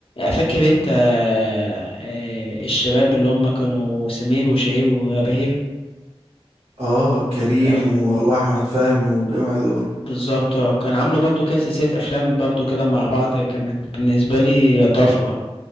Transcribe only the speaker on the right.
اه كريم
و- واحمد فهمي والجماعة دول